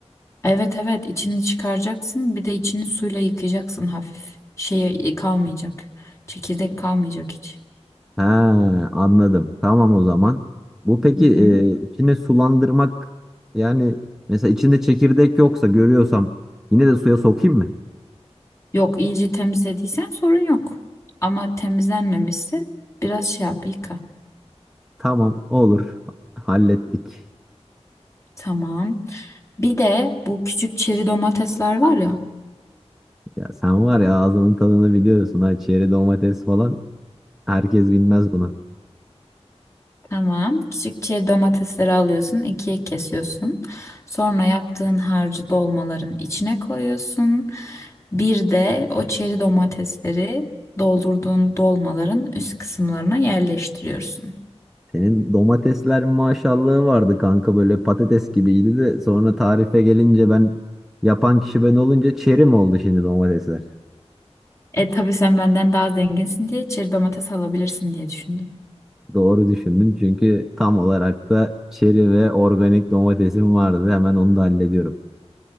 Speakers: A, on the left; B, in the centre.
A: Evet evet içini çıkaracaksın. Bir de içini suyla yıkayacaksın hafif. Şey kalmayacak. Çekirdek kalmayacak hiç.
B: He anladım. Tamam o zaman. Bu peki
A: Hı hı.
B: e, içine sulandırmak yani mesela içinde çekirdek yoksa görüyorsam yine de suya sokayım mı?
A: Yok iyice temizlediysen sorun yok. Ama temizlenmemişse biraz şey yap yıka.
B: Tamam olur. Hallettik.
A: Tamam. Bir de bu küçük çeri domatesler var ya.
B: Ya sen var ya ağzının tadını biliyorsun ha çeri domates falan herkes bilmez bunu.
A: Tamam. Küçük çeri domatesleri alıyorsun, ikiye kesiyorsun. Sonra yaptığın harcı dolmaların içine koyuyorsun. Bir de o çeri domatesleri doldurduğun dolmaların üst kısımlarına yerleştiriyorsun.
B: Senin domatesler maşallahı vardı kanka böyle patates gibiydi de sonra tarife gelince ben yapan kişi ben olunca çeri mi oldu şimdi domatesler?
A: E tabii sen benden daha zenginsin diye çeri domates alabilirsin diye düşündüm.
B: Doğru düşündün çünkü tam olarak da çeri ve organik domatesim vardı hemen onu da hallediyorum.